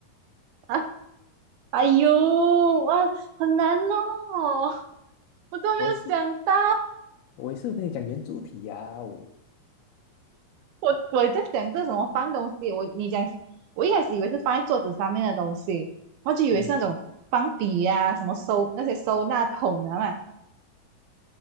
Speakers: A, on the right (about 80°); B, on the left (about 85°).
A: 啊？哎呦，哇，很难哦，我都没有想到，
B: 我也是，我也是有跟你讲圆柱体呀、哦。
A: 我我在想这什么放东西，我你讲，我一开始以为是放在桌子上面的东西，我就以为是那种放笔呀、
B: 嗯，
A: 什么收那些收纳桶啊嘛。